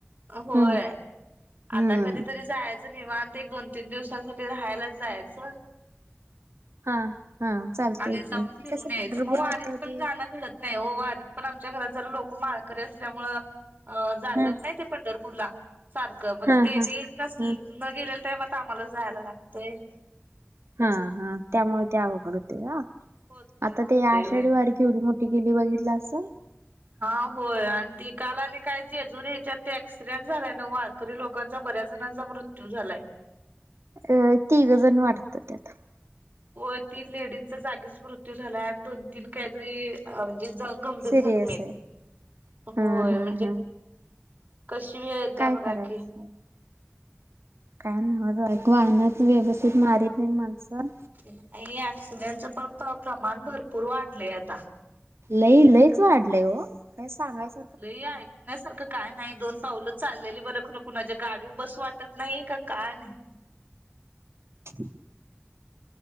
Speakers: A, on the right (about 40°); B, on the right (about 80°).
A: होय
B: हम्म हम्म
A: आता कधीतरी जायचं निवांत एक दोन तीन दिवसाांसाठी राहायलाच जायचं
B: हा. हा चालतय
A: आले
B: की
A: जाऊन
B: ते
A: फिरून
B: कसं
A: यायचं
B: पंढरपुरात
A: मग वारीत पण
B: ते
A: जाणं घडत नाही हो आधीत पण आमच्या घरात झालं लोक माळकरी असल्यामु अ जातात
B: ह
A: नाही ते पंढरपूरला सारखं मग
B: हा
A: त्यानी
B: हा.
A: नस
B: ह
A: न गेलेला त्याम आम्हाला जायला लागतय
B: हा हा त्यामुळे ते अवघड होते ह
A: होतय
B: आता
A: होतय
B: ते आषाढी
A: होय.
B: वारी किवी मोठी केेली बघितलं असं
A: हा होय आणि त काला आणि काय जे अजून ह्याच्यात ते ऍक्सिडेंट झालाय ना वारखरी लोकांचा बऱ्याच जणांचा मृत्यू झालाय
B: अ तीघ जण वाटत त्यात
A: व तीन लेडीजचा जागीच मृत्यू झाला आणि दोन तीन काहीतरी म्हणजे गंभीर
B: सिरियस
A: जखमी
B: आहे
A: होय
B: हा हा
A: म्हणजे
B: हा.
A: कशी वेळ येत्या
B: काय
A: बघा
B: करायचं
A: की
B: काय नव वाहनच व्यवस्थित मारत नाही माणसं
A: नाही ऍक्सिडेंटच पण प्रमाण भरपूर वाढलंय आता
B: लई लयच वाढलंय हो काय सांगायच
A: लई ऐकण्या सारखं काय नाही दोन पावलं चाललेली बरख ना कुणाच्या गाडी बसू वाटत नाही का नाही
B: हम्